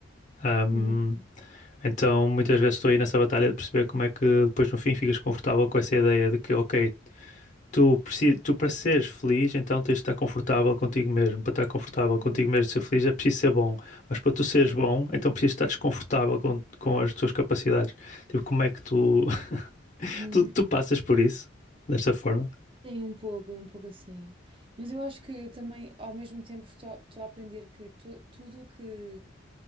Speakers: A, on the left; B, on the right.
A: Ahm,
B: Uhum.
A: então muitas vezes estou aí nessa batalha de perceber como é que depois no fim ficas confortável com essa ideia de que, ok, Tu, precis- tu para seres feliz, então tens de estar confortável contigo mesmo. Para estar confortável contigo
B: Sim.
A: mesmo, e ser feliz, é preciso ser bom. Mas para tu seres
B: Sim.
A: bom, então precisas estar desconfortável com, com as tuas capacidades. Tipo, como é que tu, <laughs>
B: Uhum.
A: tu, tu passas por isso desta forma?
B: Sim, um pouco, um pouco assim. Mas eu acho que também, ao mesmo tempo, estou a, estou a aprender que tu- tudo o que,